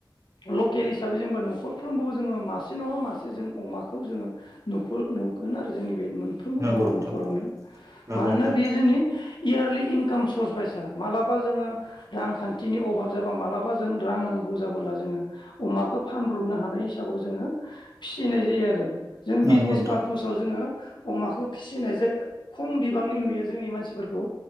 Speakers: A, on the left; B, on the right.
A: लकेल हिसाबै जोंबा न खरफ्रोमबो जोङो मासे नङा मासे जों अमाखौ जोङो नुखो नुगोन आरो जोंनि। बे मोनफ्रोमबो
B: नंगौ
A: बर'
B: नोंथां
A: न'खरावनो
B: नंगौ
A: मानोना
B: नोंथां
A: बेयो जोंनि। इयारलि इनकाम सर्स बायसा मालाबा जोङो रांखान्थिनि अभाब जाबा मालाबा जों रां नांगौ जाबोला जोङो अमाखौ फान ब्रबनो हानाय हिसाबाव जोङो फिसिनाय जायो आरो। जों
B: नंगौ
A: बिजनेस
B: नोंथां
A: फार्पसाव जोङो। अमाखौ फिसिनाय जायगा खम बिबांनि नुयो जोंनि मानसिफोरखौ।